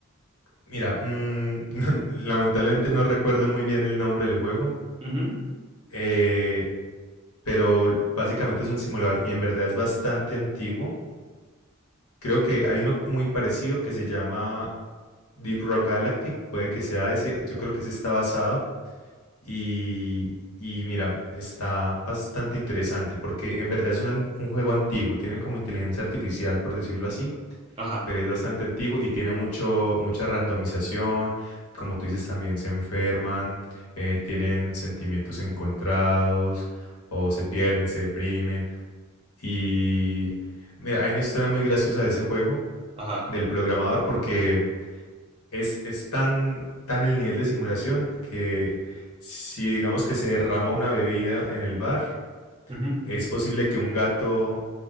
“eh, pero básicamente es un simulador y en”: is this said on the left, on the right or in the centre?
Left